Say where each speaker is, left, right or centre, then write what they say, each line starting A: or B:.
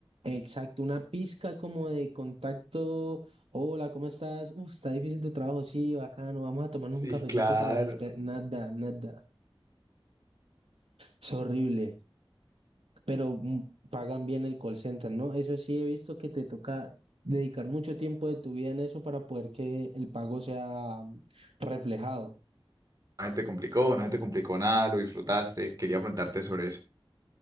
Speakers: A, on the right; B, on the right.
A: Exacto, una pizca como de contacto. Hola, ¿cómo estás? Uf, está difícil tu trabajo, sí, bacano. Vamos a tomarnos
B: Sí,
A: un cafecito
B: claro.
A: para la despe- Nada, nada. Es horrible. Pero mm, pagan bien el call center, ¿no? Eso sí, he visto que te toca dedicar mucho tiempo de tu vida en eso para poder que el pago sea mm, reflejado.
B: No se te complicó, no se te complicó nada, lo disfrutaste. Quería preguntarte sobre eso.